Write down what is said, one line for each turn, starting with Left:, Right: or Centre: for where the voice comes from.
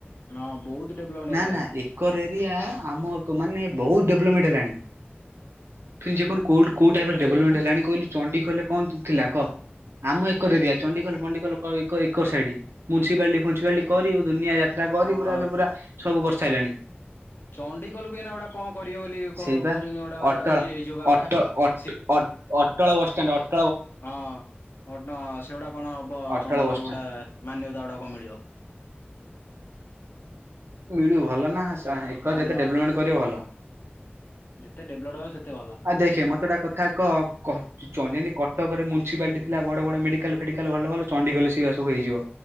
Left: ହଁ ବହୁତ ଡେଭଲପମେଣ୍ଟ ହେଇସାରିଲାଣି
Right: ନା ନା ଏକ। ଏକର ଏରିଆ ଆମ ମାନେ ବହୁତ ଡେଭଲପମେଣ୍ଟ ହେଲାଣି ଯେ କଣ କୋଉଠ। କଉଟାଇପ୍
Left: କୋଉ ପଟ
Right: ର
Left: ଏରିଆ
Right: ଡେଭଲମେଣ୍ଟ ହେଲାଣି କହିଲୁ ଚଣ୍ଡିଖୋଲ ରେ। କଣ ଥିଲା କହ ଆମ ଏକର ଏରିଆ ଚଣ୍ଡିଖୋଲ ଫଣ୍ଡିଖୋଲ ଏକ ଏକର ସାଇଡ। ମ୍ୟୁନିସିପାଲିଟି ଫ୍ୟୁଲିସିପାଲିଟି କରି ଦୁନିଆ ଯାତ୍ରା କରି
Left: ହଁ
Right: ପୁରା ଏ ପୁରା ସବୁ କରିସାରିଲାଣି।
Left: ଚଣ୍ଡିଖୋଲ କୁ ଆଇନା ଗୋଟା କଣ କରିବେ ବୋଲି
Right: ସେଇବା
Left: କହୁଛନ୍ତି ଗୋଟ
Right: ଅଟଳ
Left: ଇଏ ହେଇଯିବ ବା
Right: ଅଟଳ
Left: ଗୋଟା
Right: ଅଟ
Left: ସିଟ।
Right: ଅଟ ଅଟଳ ବସଷ୍ଟାଣ୍ଡ ଅଟ।
Left: ହଁ ଅଟ ସେଗୁଡା କଣ ହବ
Right: ଅଟଳ
Left: ଚଣ୍ଡଡିଗୋଲ
Right: ବସଷ୍ଟାଣ୍ଡ।
Left: ଗୁଟେ ମାନ୍ୟତା କଣ ମିଳିବ।
Right: ମିଳୁ ଭଲ ନା ସା ଏକରେ
Left: ଭଲ
Right: ଯେତେ ଡେଭଲମେଣ୍ଟେ କରିବ ଭଲ।
Left: ଯେତେ ଡେଭଲପ୍ ହବ ସେତେ ଭଲ।
Right: ଆଉ ଦେଖେ ମତେଟା କଥା କହ କ। ଯେମିତି କଟକରେ ମ୍ୟୁନିସିପାଲିଟି ଥିଲା ବଡ ବଡ ମେଡିକାଲ ଫେଡିକାଲ ଭଲ ଚଣ୍ଡିଗଲେ ସେଇା ସବୁ ହେଇଯିବ।